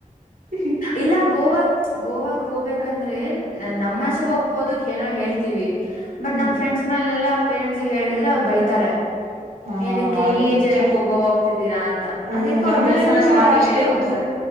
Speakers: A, on the right; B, on the left.
A: <unintelligible>
B: ಇಲ್ಲ ಗೋವಾಗ ಗೋವಾಗ ಹೋಗ್ಬೇಕಂದ್ರೆ ನಮ್ಮ ಸ್ವಪ ಒಪ್ಪೋದಕ್ ಏನೋ ಹೇಳ್ತ. ತಿವಿ ಬಟ್
A: ಹ್ಮ್
B: ನಮ್ ಫ್ರೆಂಡ್ಸ್ ಮನೇಲೆಲ್ಲ ಪೇರೆಂಟ್ಸ್ ಹೇಳಿದ್ರೆ ಅವ್ ಬೈತಾರೆ.
A: ಹಾ
B: ಏನಕ್ಕೆ
A: ಅದು
B: ಈ ಏಜ್
A: ನಿಜ
B: ಅಲ್ಲಿ ಏನಕ್ಕೆ ಗೋವಾ ಹೋಗ್ತಿದ್ದೀರಾ ಅಂತ
A: ಹ್ಮ್
B: ಅದಕ್ಕೆ ಅವ್ರು
A: ನಮ್ಮನೆಯಲ್ಲೂ
B: ದೇವಸ್ಥಾನ
A: ಸಹ
B: ಮಾತ್
A: ಇಷ್ಟೆ್ದು.
B: ಹೇಳಿ ಹೋಗ್ತಾರೆ